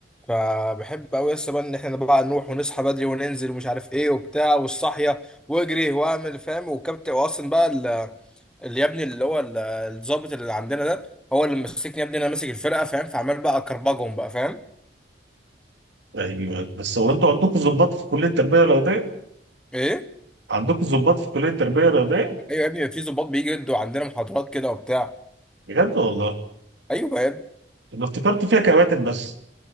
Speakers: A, in the centre; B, on the right (about 80°).
A: فبحب قوي لسه بقى ان احنا بقى نروح ونصحى بدري وننزل ومش عارف ايه وبتاع والصحيه واجري واعمل فاهم والكابتن واصلا بقى ال- اللي يا ابني اللي هو ال- الضابط اللي عندنا ده هو اللي ماسكني يا ابني انا ماسك الفرقه فاهم فعمال بقى اكربجهم بقى فاهم
B: ايوه بس هو انتوا عندكم ضباط في كليه التربيه الرياضيه؟
A: ايه
B: عندكم ضباط في كليه التربيه الرياضيه؟
A: ايوه يا ابني في ضباط بيجي يدوا عندنا محاضرات كده وبتاع
B: بجد والله
A: ايوه يا ابني
B: انا افتكرت فيها كباتن بس